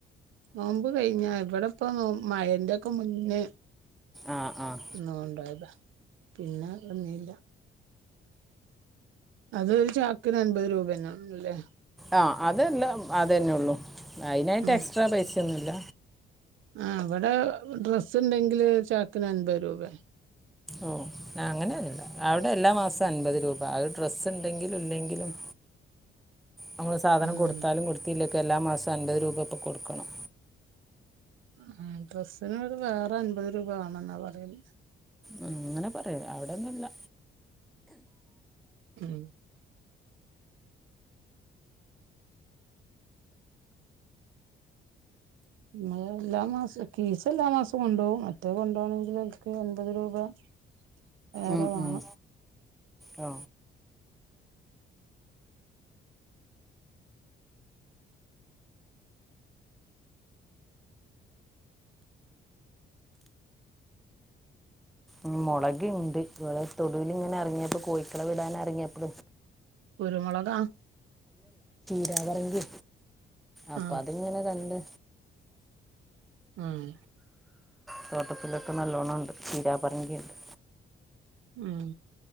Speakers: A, on the right; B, in the centre.
A: നോമ്പ് കഴിഞ്ഞ ഇവിടെപ്പ നോ മഴന്റെയൊക്കെ മുന്നേ
B: ആഹ് ആഹ്
A: ന്ന്ഒണ്ടോയതാ പിന്നെ വന്നില്ല അതൊരു ചാക്കിന് അൻപത് രൂപന്നല്ലേ
B: ആ അതെല്ലാം അതെന്നെ ഉള്ളൂ അയിനായിട്ട്
A: ഉം
B: എക്സ്ട്രാ പൈസൊന്നുല്ല
A: ആ അവിടെ ഡ്രസ്സ് ണ്ടെങ്കില് ചാക്കിന് അൻപത് രൂപയ
B: ഓ ഞാ അങ്ങനെല്ല അവിടെ എല്ലാ മാസവും അൻപത് രൂപ ആ ഒരു ഡ്രസ്സ് ണ്ടെങ്കിൽ ല്ലെങ്കിലും നമ്മള് സധനം
A: ആ
B: കൊടുത്താലും കൊടുത്തില്ലെക് എല്ലാമാസ് അൻപത് രൂപ ഇപ്പം കൊടുക്കണം
A: ആ ഡ്രസ്സിന് ഒരു വേറെ അൻപത് രൂപ വണെന്നാ പറയല്
B: ഉ അങ്ങനെ പറയാ അവിടെൊന്നുംല്ല
A: ഉം മ്മളെ എല്ലാ മാസം കീസ് എല്ലാ മാസം കൊണ്ടോവും മറ്റേ കൊണ്ടോണെങ്കിൽ ഓൽക്ക് ൻപത് രൂപ വേറെ
B: ഉം,
A: വേണം
B: ഉം. ഓ ഉ മുളകുണ്ട് ഇവിടെ തൊടുലിങ്ങനെ ഇറങ്ങിയപ്പോ കോയ്ക്കള വിടാൻ ഇറങ്ങിയപ്പ
A: കുരുമുളകാ
B: ചീര പറങ്കി അപ്പൊ
A: ആ
B: അതിങ്ങനെ കണ്ട്
A: ആഹ്
B: തോട്ടത്തിലൊക്കെ നല്ലോണം ഉണ്ട് ച്ചീരാ പറങ്കിണ്ട്
A: ഉം